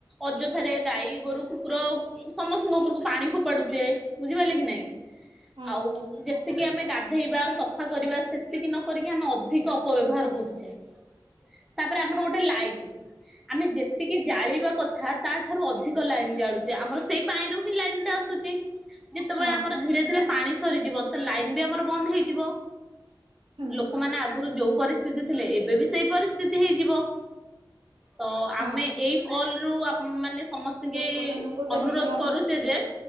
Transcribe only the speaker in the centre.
ଅଯଥାରେ ଗାଈ ଗୋରୁ, କୁକୁର ସମସ୍ତଙ୍କ ଉପରକୁ ପାଣି ଫୋପାଡୁଚେ। ବୁଝିପାଇଲେ କି ନାଇଁ?
ଆଉ ଯେତିକି ଆମେ ଗାଧେଇବା, ସଫା କରିବା, ସେତିକି ନ କରିକି ଆମେ ଅଧିକ ଅପବ୍ୟବହାର କରୁଛେ। <inaudible> ତା ପେରେ ଆମର ଗୋଟେ ଲାଇନ୍, ଆମେ ଯେତିକି ଜାଳିବା କଥା ତା ଠାରୁ ଅଧିକ ଅଧିକ ଲାଇନ୍ ଜାଳୁଚେ। ଆମର ସେଇ ପାଣି ରୁ ହିଁ ଲାଇନ ଟା ଆସୁଛି। ଯେତେବେଳେ
ଆମର ଧିରେ ଧିରେ ପାଣି ସରିଯିବ ତ ଲାଇନ୍ ବି ଆମର ବନ୍ଦ ହେଇଯିବ।
ଲୋକମାନେ ଆଗରୁ ଯୋଉ ପରିସ୍ଥିତି ଥିଲେ ଏବେ ବି ସେଇ ପରିସ୍ଥିତି ହେଇଯିବ। ତ
ଆମେ ଏଇ କଲରୁ ଆପ-ମାନେ ସମ ସ୍ତିଙ୍କି
କି
ଅନୁରୋଧ କରୁଚି ଯେ